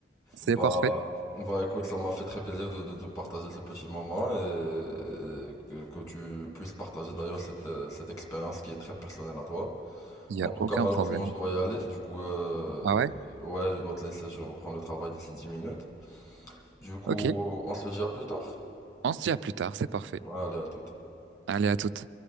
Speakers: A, on the right; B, on the left.
A: C'est
B: Bah,
A: parfait.
B: bah écoute, ça m'a fait très plaisir de, de- de partager ce petit moment et que, que tu puisses partager d'ailleurs cette, euh, cette expérience qui est très personnelle à toi.
A: Il n'y
B: En
A: a
B: tout
A: aucun
B: cas, malheureusement,
A: problème.
B: je dois y aller. Du coup, euh,
A: Ah ouais?
B: ouais, je dois te laisser, je reprends le travail d'ici 10 minutes. Du coup,
A: Ok.
B: on se dit à plus tard.
A: On se dit à plus tard, c'est parfait.
B: Allez, à tout.
A: Allez, à toutes.